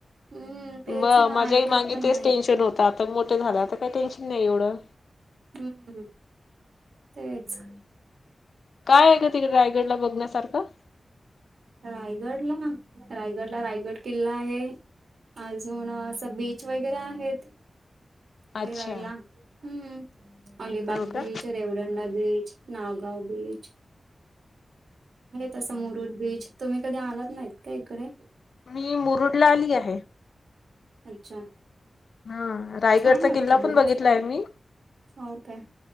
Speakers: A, on the right; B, on the left.
A: हम्म तेच
B: म
A: ना
B: माझ्याही
A: ऐकत
B: मागे
A: पण
B: तेच
A: नाही
B: टेन्शन होतं त आता मोठं झाले आता काही टेन्शन नाही एवढं.
A: हम्म तेच.
B: कायग आहे का तििकडे रायगड ला बघण्यासारखं
A: रायगड ला रायगड ला रायगड किल्ला आहे अजून असं बीच वगैरे आहेत
B: अच्छा
A: फराला हम्म अलीिबाग
B: हो का
A: beach Revdanda beach Nagaon beach नाही तसं मुरुड बीच तुम्ही कधी आलात नाहीत का इकडे
B: मी मुरुड ला आली आहे
A: अच्छा.
B: हम्म रायगडचा
A: छान वाटतं
B: किल्ला
A: बीच
B: पण बघितलाय आहे मी
A: हो काय